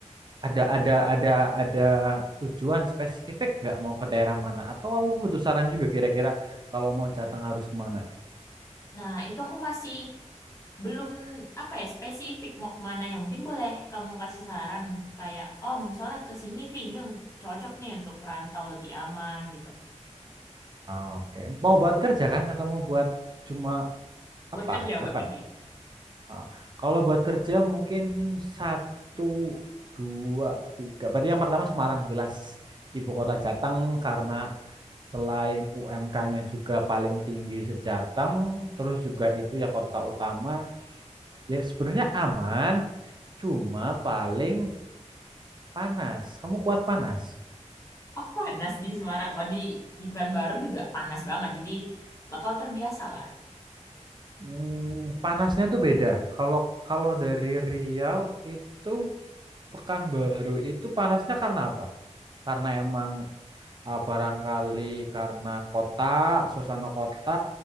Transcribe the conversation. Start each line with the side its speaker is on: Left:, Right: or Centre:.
Right: Ada ada ada ada tujuan spesifik nggak mau ke daerah mana? Atau kamu butuh saran juga kira-kira kalau mau Jateng harus kemana?
Left: Nah, itu aku masih belum apa ya spesifik mau kemana ya. Mungkin boleh kamu kasih saran kayak, oh misalnya ke sini, Vi, ini yang cocok nih untuk perantau lebih aman gitu.
Right: Ah, Oke, mau buat kerja kan atau mau buat cuma
Left: Buat
Right: apa?
Left: kerja, buat
Right: Apa
Left: kerja.
Right: nih? Ah, kalau buat kerja mungkin satu, dua, tiga. Berarti yang pertama Semarang jelas ibu kota Jateng karena selain UMK-nya juga paling tinggi sejateng, terus juga itu ya kota utama. Ya sebenarnya aman, cuma paling panas. Kamu kuat panas?
Left: Oh, panas di Semarang. Oh, di, di Pekanbaru juga panas banget. Jadi bakal terbiasa lah
Right: Hmm, panasnya tuh beda. Kalau kalau dari Riau itu Pekanbaru itu panasnya karena apa? Karena emang ah, barangkali karena kota, suasana kota,